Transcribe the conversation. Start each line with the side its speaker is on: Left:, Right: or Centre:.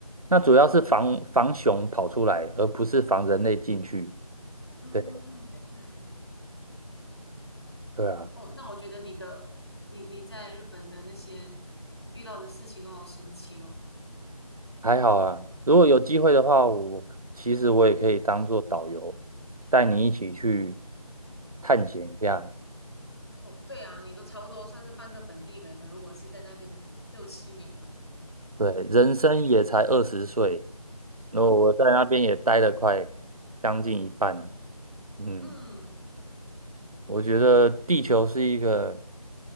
Right: 那主要是防防熊跑出来，而不是防人类进去。
Left: 嗯，
Right: 对
Left: 原来
Right: 对啊，
Left: 哦，那我觉得你的你你在日本的那些遇到的事情都好神奇哦。
Right: 还好啊。如果有机会的话，我其实我也可以当做导游，带你一起去探险一下。
Left: 哦，对啊，你都差不多算是半个本地人了，如果是在那边六七年了，
Right: 对，人生也才二十岁，然后我在那边也待了快将近一半。嗯，
Left: 嗯
Right: 我觉得地球是一个